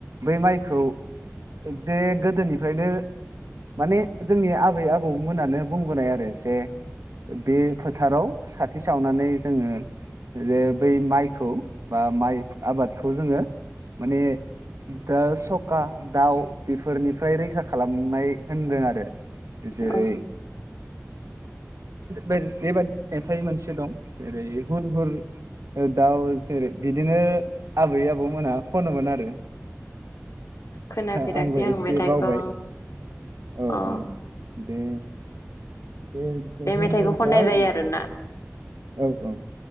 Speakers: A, on the right; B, on the left.
A: बै माइखौ जे गोदोनिफ्रायनो माने जोंनि आबै आबौमोनानो बुंबोनाय आरो जे ओ बे फोथाराव साथि सावनानै जोङो जे बै माइखौ बा माइ आबादखौ जोङो माने दा सखा दाउ बेफोरनिफ्राय रैखा खालामनाय होनदों आरो जेरै
B: अ
A: बेबाददिनो मेथाइ मोनसे दं जेरै हुर हुर ओ दाउ जेरै बिदिनो आबै आबौमोना खनोमोन आरो
B: खोनाफेराखै
A: दा आंबो
B: आं
A: एसे
B: मेथाइखौ
A: बावबाय औ
B: अ
A: औ । बे बे हुर
B: मेथाइखौ
A: हुर
B: खननाय
A: दाव
B: जायो आरोना
A: औ औ